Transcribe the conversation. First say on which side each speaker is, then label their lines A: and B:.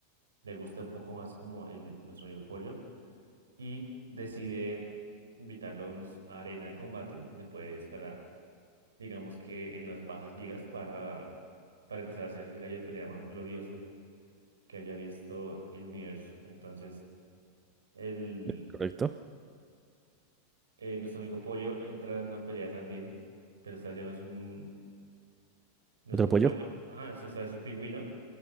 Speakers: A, on the right; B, on the right.
A: le gusta un poco más como el, nuestro amigo Pollo y decide invitarlo a una s- a arena de combate donde puede escalar, digamos que en las bajas ligas para, para empezar a hacer el gallo de pelea más glorioso que haya visto el universo. Entonces, el,
B: correcto.
A: eh, nuestro amigo Pollo entra en una pelea también, pero esta ya no es un, no
B: Otro
A: es otro
B: apoyo.
A: pollo. Ajá, eso esta es un pingüino